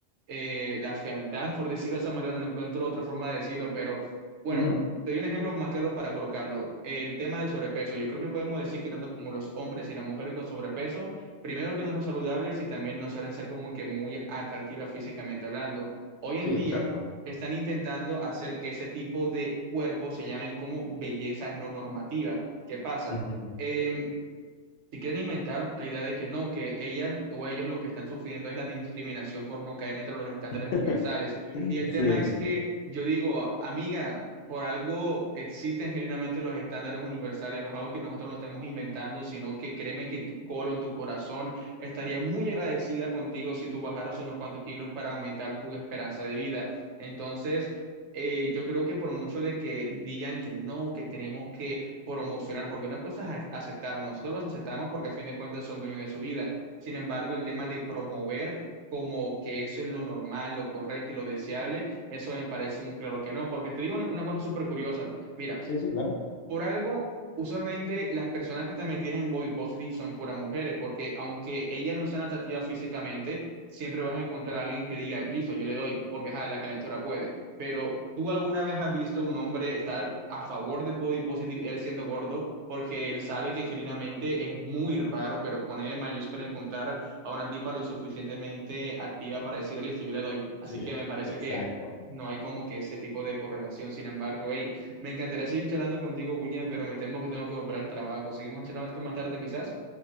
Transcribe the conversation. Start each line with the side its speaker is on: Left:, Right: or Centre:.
Right: eh, la fealdad, por decirlo de esa manera, no encuentro otra forma de decirlo, pero bueno,
Left: Ujú.
Right: te doy un ejemplo más claro para colocarlo. El tema del sobrepeso. Yo creo que podemos decir que tanto como los hombres y las mujeres con sobrepeso, primero que no son saludables y también no suelen ser como que muy atractivas físicamente hablando. Hoy en
Left: Sí,
Right: día
Left: exacto.
Right: están intentando hacer que ese tipo de cuerpos se llamen como belleza no normativa. ¿Qué pasa?
Left: Ujú.
Right: Em, si quieren inventar la idea de que no, que ellas o ellos lo que están sufriendo es la discriminación por no caer entre los estándares
Left: <laughs>
Right: universales. Y el
Left: Sí,
Right: tema es que yo digo, amiga, por algo existen genuinamente los estándares universales, no es algo que nosotros nos estemos inventando, sino que créeme que tu colon, tu corazón estaría muy agradecida contigo si tú bajaras unos cuantos kilos para aumentar tu esperanza de vida. Entonces, eh, yo creo que por mucho de que digan que no, que tenemos que promocionar, porque una cosa es aceptar, nosotros los aceptamos porque al fin de cuentas son dueños de su vida. Sin embargo, el tema de promover como que eso es lo normal, lo correcto y lo deseable, eso me parece un claro que no, porque te digo una, una cosa súper curiosa. Mira,
Left: sí, sí, claro.
Right: por algo, usualmente las personas que están metidas en body positive son puras mujeres, porque aunque ellas no sean atractivas físicamente, siempre vas a encontrar a alguien que diga, listo, yo le doy, porque ajá, la calentura puede. Pero ¿tú alguna vez has visto a un hombre estar a favor del body positive, él siendo gordo, porque él sabe que genuinamente es muy raro, pero con E mayúscula encontrar a una tipa lo suficientemente activa para decir, listo, yo le doy? Así
Left: Sí,
Right: que me parece
Left: exacto.
Right: que no hay como que ese tipo de correlación. Sin embargo, hey, me encantaría seguir charlando contigo, William, pero me temo que tengo que volver al trabajo. Seguimos charlando esto más tarde, quizás.